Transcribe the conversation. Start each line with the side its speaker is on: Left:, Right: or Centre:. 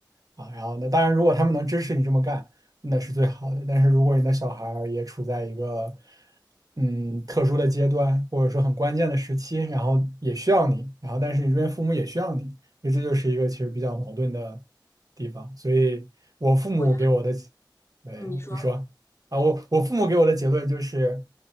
Right: 啊，然后那当然，如果他们能支持你这么干，那是最好的。但是如果你的小孩儿也处在一个嗯特殊的阶段，或者说很关键的时期，然后也需要你，然后但是你这边父母也需要你，所以这就是一个其实比较矛盾的地方。所以我父母给我的，
Left: 我
Right: 对，
Left: 你说，
Right: 你说。啊，我我父母给我的结论就是，